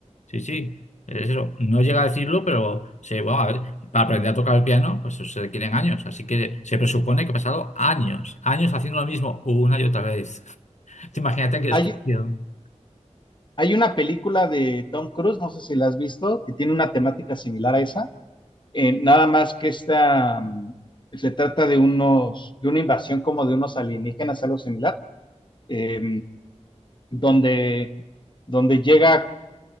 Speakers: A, on the left; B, on the left.
A: Sí, sí, es eso. No llega a decirlo, pero se, bueno, a ver, para aprender a tocar el piano, pues eso se requieren años. Así que se presupone que he pasado años, años haciendo lo mismo una y otra vez. <laughs> Te Imagínate qué expresión.
B: Hay, Hay una película de Tom Cruise, no sé si la has visto, que tiene una temática similar a esa. Eh, nada más que esta mm, se trata de unos, de una invasión como de unos alienígenas, algo similar, eh, donde, donde llega,